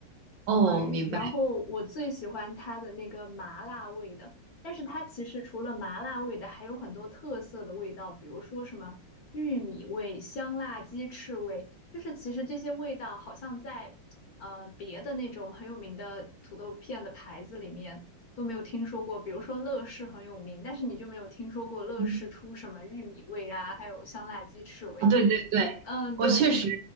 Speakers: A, on the right; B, on the left.
A: 哦，
B: 呃，
A: 明白。
B: 然后我最喜欢它的那个麻辣味的，但是它其实除了麻辣味的，还有很多特色的味道，比如说什么玉米味、香辣鸡翅味，就是其实这些味道好像在呃别的那种很有名的土豆片的牌子里面都没有听说过，比如说乐事很有名，但是你就没有听说过乐事出什么玉米味啊，
A: 嗯
B: 还有香辣鸡翅味。
A: 啊对对对，
B: 嗯，
A: 我确实
B: 对。